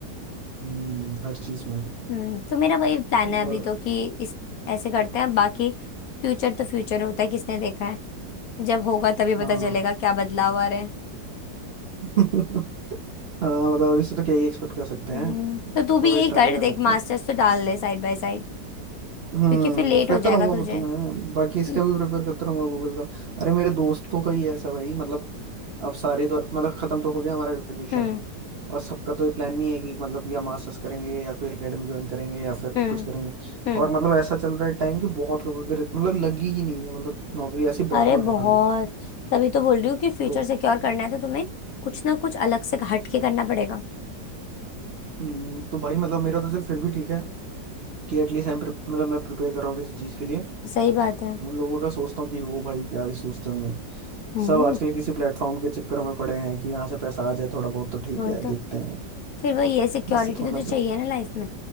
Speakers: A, on the right; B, on the left.
A: हम्म हर चीज में
B: हम्म तो मेरा वही प्लान
A: मतलब
B: है अभी तो कि इस ऐसे करते हैं बाकी फ्यूचर तो फ्यूचर होता है किसने देखा है जब होगा तभी
A: हाँ
B: पता चलेगा क्या बदलाव आ रहे हैं
A: <laughs> हाँ मतलब अभी से तो क्या ही एक्सपेक्ट कर सकते हैं
B: हम्म तो तू
A: मतलब
B: भी
A: वही
B: यही
A: ट्राई
B: कर
A: कर
B: देख
A: सकते
B: मास्टर्स
A: हैं
B: तो डाल दे साइड बाय साइड
A: हम्म
B: क्योंकि फिर लेट
A: करता
B: हो जाएगा
A: रहूंगा
B: तुझे
A: वो तो मैं बाकी
B: हम्म
A: इसका भी प्रिपेयर करता रहूंगा गूगल का अरे मेरे दोस्तों का ही है ऐसा भाई मतलब अब सारे तो मतलब खत्म तो हो गया हमारा ग्रेजुएशन
B: हम्म
A: और सबका तो ये प्लान नहीं है कि मतलब या मास्टर्स करेंगे या कोई एकेडमी ज्वाइन करेंगे या फिर
B: हम्म
A: कुछ करेंगे
B: हम्म
A: और मतलब ऐसा चल रहा है टाइम कि बहुत लोगों के मतलब लगी ही नहीं है मतलब नौकरी ऐसे बैठे
B: अरे
A: हुए
B: बहुत
A: हैं खाली
B: तभी तो बोल रही हूँ कि फ्यूचर
A: तो
B: सिक्योर करना है तो तुम्हें कुछ ना कुछ अलग से हट के करना पड़ेगा
A: हम्म, तो भाई मतलब मेरा तो चल फिर भी ठीक है कि एटलीस्ट मतलब मैं प्रिपेयर कर रहा हूँ किसी चीज के लिए
B: सही बात है
A: उन लोगों का सोचता हूँ कि वो भाई क्या ही सोचते होंगे
B: हम्म
A: सब आजकल किसी प्लेटफॉर्म के चक्कर में पड़े हैं कि यहाँ से पैसा आ जाए थोड़ा बहुत तो ठीक
B: वही
A: है
B: तो
A: देखते हैं
B: फिर वही है सिक्योरिटी
A: इससे थोड़ा
B: तो, तो
A: ना चल
B: चाहिए ना लाइफ में